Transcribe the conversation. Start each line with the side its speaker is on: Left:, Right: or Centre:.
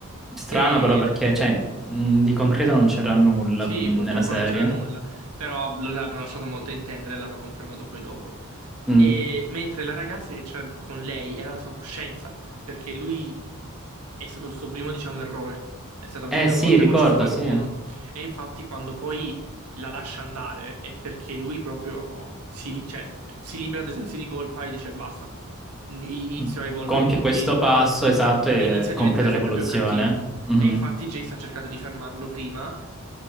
Centre: Strano
Right: E
Centre: però perché cioè, mm, di concreto non c'era nulla
Right: sì,
Centre: mm,
Right: purtroppo
Centre: nella serie.
Right: non c'era nulla, però lo- l'hanno lasciato molto intendere e l'hanno confermato poi dopo.
Centre: Mm.
Right: E mentre la ragazza che c'era con lei era la sua coscienza, perché lui è stato il suo primo, diciamo, errore. È stata la
Centre: Eh
Right: sua prima
Centre: sì,
Right: volta
Centre: ricordo,
Right: che ha ucciso qualcuno.
Centre: sì.
Right: E infatti, quando poi la lascia andare, è perché lui proprio si, cioè, si libera dei sensi di colpa e dice basta, inizio
Centre: Mm.
Right: a evolvere
Centre: Compie
Right: tutti
Centre: questo passo esatto e
Right: e inizia a
Centre: completa
Right: diventare sempre
Centre: l'evoluzione.
Right: più cattivo.
Centre: Mhm,
Right: E infatti Jace ha cercato di fermarlo prima,